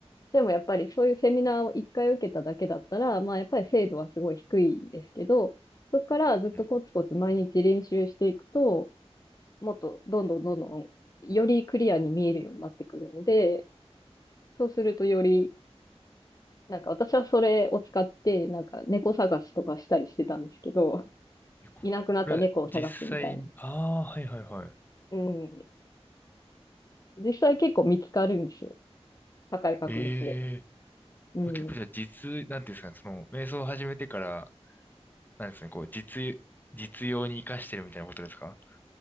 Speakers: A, on the left; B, on the left.
A: でもやっぱりそういうセミナーを一回受けただけだったら、まあやっぱり精度はすごい低いんですけど、そこからずっとコツコツ毎日練習していくと、
B: うんうん
A: もっとどんどんどんどんよりクリアに見えるようになってくるので、そうするとより、なんか私はそれを使って、なんか猫探しとかしたりしてたんですけど、
B: えこそれは実際に、
A: いなくなった猫を探すみたいな。
B: ああ、はいはいはい。
A: うん。実際結構見つかるんですよ。高い確率で。
B: ええ
A: うん。
B: 結構じゃあ実、なんていうんですかね、その、瞑想を始めてから、なんですかね、こう、実、実用に活かしてるみたいなことですか